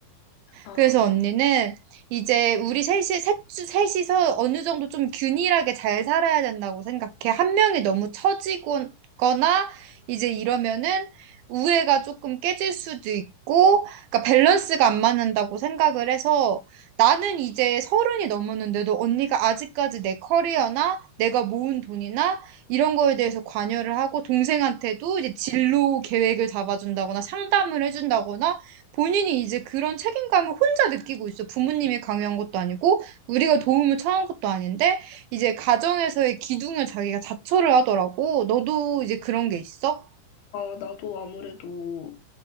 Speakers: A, on the left; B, on the right.
A: 아,
B: 그래서 언니는 이제 우리 셋이, 셋, 셋이서 어느 정도 좀 균일하게 잘 살아야 된다고 생각해. 한 명이 너무 처지거나 이제 이러면은 우애가 조금 깨질 수도 있고, 그러니까 밸런스가 안 맞는다고 생각을 해서 나는 이제 서른이 넘었는데도 언니가 아직까지 내 커리어나 내가 모은 돈이나 이런 거에 대해서 관여를 하고 동생한테도 이제 진로 계획을 잡아준다거나 상담을 해준다거나 본인이 이제 그런 책임감을 혼자 느끼고 있어. 부모님이 강요한 것도 아니고, 우리가 도움을 청한 것도 아닌데, 이제 가정에서의 기둥을 자기가 자처를 하더라고. 너도 이제 그런 게 있어?
A: 아, 나도 아무래도